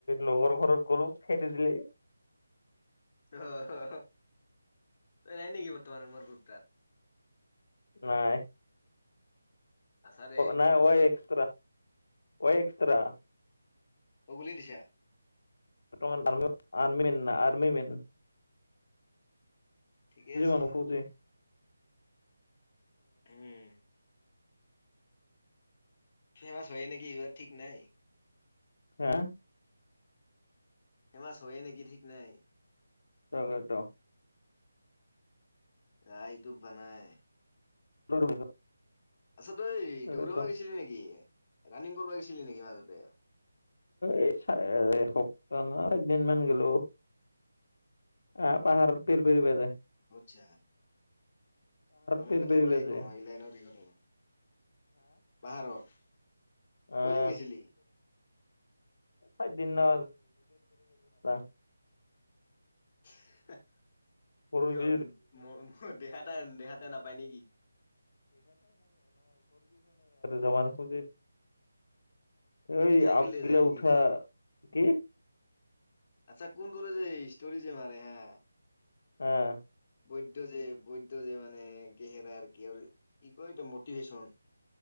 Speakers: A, on the left; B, on the left.
A: লগৰ ঘৰত গ'লো খেতি দিলে।
B: অ', নাই নেকি বৰ্তমান মাৰ গ্ৰুপ তাত?
A: নাই।
B: আছা দে।
A: নাই এক্স এক্স্ৰা
B: অগুলি দিছা।
A: মান আৰ্মি মনা আৰ্মি মে
B: ঠিকে আছে,
A: মানুহ ফৌজি
B: উম। ফেমছ হয়ে নেকি, ইবাৰ ঠিক নাই।
A: হা।
B: হেমাছ হয়ে নেকি ঠিক নাই।
A: তাকেটো।
B: ৰা এইটো বানাই
A: <unintelligible>
B: আচ্ছা তই
A: তাকেতো
B: দেগুদৱা গৈছিলি নেকি? ৰানিং কৰিব গেছিলি নেকি মাজতে?
A: এ চা সপ্তাহ ন এদিন মান গেলো। আহ, পাহাৰ পিৰপৰি পাযে।
B: যা নৰ্মেল
A: পেৰ
B: কথা
A: পেৰিব
B: ক'লে একো
A: যায়
B: নহয় লাইনৰ বিঘত পাহাৰত।
A: অ',
B: কয়দিন গৈছিলি?
A: আ দিনা <unintelligible>
B: <inaudible>
A: <unintelligible> খনে
B: কিয়
A: ই
B: মোৰ দেহা এটা দেহা এটা নাপায় নেকি?
A: জমাৰ খোজে এইঐ
B: চাইকেল
A: আপ
B: দি
A: গিল
B: যায় নেকি
A: উঠা। কি?
B: আচ্ছা কোনটো যে ষ্টৰি যে মাৰে হা
A: অ'।
B: বৈদ্ধ যে বৈধ যে মানে গেহেৰা কি আৰু কি কয় এ মটিভ্যন